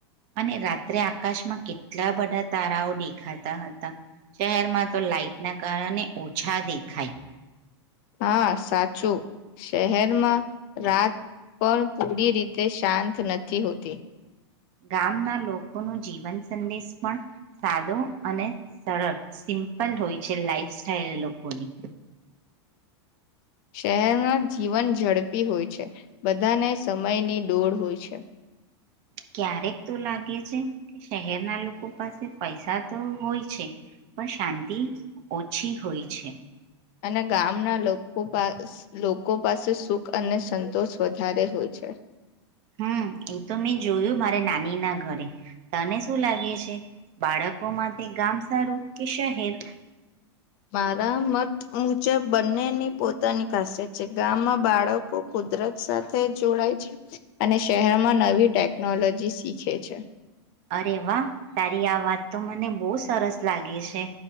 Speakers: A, on the right; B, on the left.
A: અને રાત્રે આકાશમાં કેટલા બધા તારાઓ દેખાતા હતા. શહેરમાં તો લાાઈટના કારણે ઓછા દેખાય.
B: હા સાચું. શહેરમાં રાત પણ પૂરી રીતે શાંત નથી હોતી.
A: ગામના લોકોનો જીવન સંદેશ પણ સાદો અને સરળ સિમ્પલ હોય છે, લાઈફ સ્ટાઈલ લોકોની.
B: શહેરના જીવન ઝડપી હોય છે, બધાને સમયની ડોડ હોય છે.
A: ક્યારેક તો લાગે છે કે શહેરના લોકો પાસે પૈસા તો હોય છે, પણ શાંતિ ઓછી હોય છે.
B: અને ગામના લોકો લોકો પાસે સુખ અને સંતોષ વધારે હોય છે.
A: હમ એ તો મેં જોયું મારે નાની ના ઘરે તને શું લાગે છે. બાળકો માટે ગામ સારું કે શહેર?
B: મારા મત મુજબ બંનેની પોતાની ખાસિયત છે ગામમાં બાળકો કુદરત સાથે જોડાય છે અને શહેરમાં નવી ટેકનોલોજી શીખે છે.
A: અરે વાહ તારી આ વાત તો મને બહુ સરસ લાગે છે